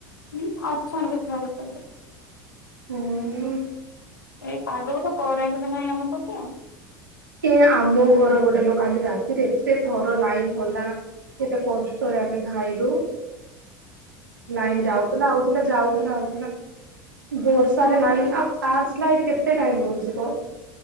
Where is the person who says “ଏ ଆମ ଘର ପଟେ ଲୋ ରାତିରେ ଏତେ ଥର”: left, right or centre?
Right